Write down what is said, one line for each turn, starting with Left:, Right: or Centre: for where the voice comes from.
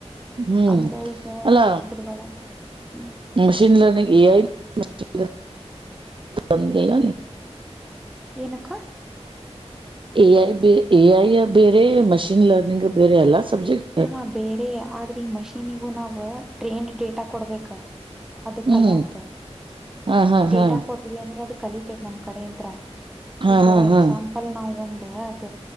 Right: ಹ್ಮ್
Centre: ಅಂದ್ರ ಈಗ
Right: ಅಲ್ಲ
Centre: ಅದ್ರ ಒಳಗ ಹ್ಮ್
Right: ಮಷಿನ್ ಲರ್ನಿಂಗ್ ಎ ಆಐತಂತ ಬಂದಲ್ಲ
Centre: ಏನಕ್ಕ
Right: ಎ ಐ ಎ ಐ ಬೇರೆ ಮಷೀನ್ ಲರ್ನಿಂಗ್ ಬೇರೆ ಅಲ್ಲ ಸಬ್ಜೆಕ್ಟ್
Centre: ಹಾ ಬೇರೆ ಆದ್ರೆ ಈ ಮಷೀನಿಗೂ ನಾವ ಟ್ರೇಂಡ್ ಡೇಟಾ ಕೊಡ್ಬೇಕ ಅದ
Right: ಹ್ಮ್
Centre: ಕಲಿಯಕ್
Right: ಹಾ ಹಾ
Centre: ಡೇಟಾ
Right: ಹಾ
Centre: ಕೊಟ್ವಿ ಅಂದ್ರ ಅದ ಕಲಿತರಿ ನಮ್ ಕಡೆ ಇಂತ್ರ
Right: ಹಾ
Centre: ಈಗ
Right: ಹಾ ಹಾ
Centre: ಎಕ್ಸಾಂಪಲ್ ನಾವವು ಒ ಅದ